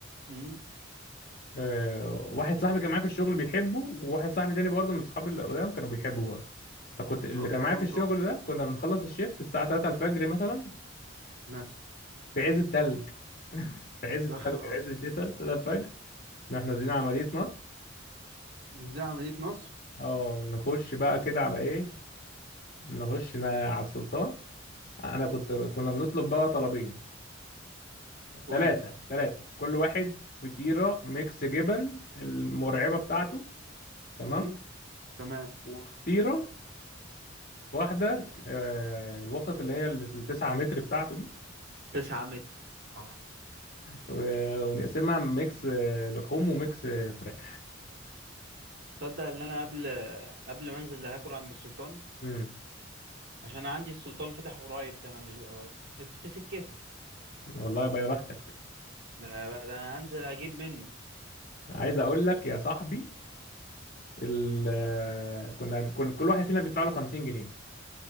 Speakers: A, on the right; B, on the left.
A: أمم
B: آه، واحد صاحبي كان معايا في الشغل بيحبه وواحد صاحبي تاني برضه من صحابي اللي قدام كانوا بيحبوا برضه فكنت اللي
A: أهو السلطان
B: كان معايا في الشغل
A: تحفة
B: ده كنا بنخلص الشيفت الساعة 3 الفجر مثلا
A: مثلا
B: في عز التلج <laughs> في عز التلج
A: <laughs> أه.
B: عز الشتاء 3 الفجر نروح نازلين عملية نصر
A: دي عملية نصر
B: اه نخش بقى كده على ايه نخش ن- على السلطان انا كنت كنا بنطلب بقى طلبين
A: قول
B: ثلاثة
A: لي
B: ثلاثة كل واحد فطيرة ميكس جبن المرعبة بتاعته تمام
A: أمم تمام
B: وفطيره واحده آه، الوسط اللي هي التسعة متر بتاعته دي
A: 9 متر اه
B: و- ونقسمها ميكس آه، لحوم وميكس آه، فراخ
A: تصدق ان انا قبل قبل ما انزل هاكل عند السلطان
B: امم
A: عشان عندي السلطان فاتح قريب كمان مش- في, في, في سكتي
B: والله يبقى يا بختك
A: ده, ده انا هنزل اجيب منه
B: عايز اقول لك يا صاحبي ال آه، كنا كنا كل واحد فينا بيدفع له 50 جنيه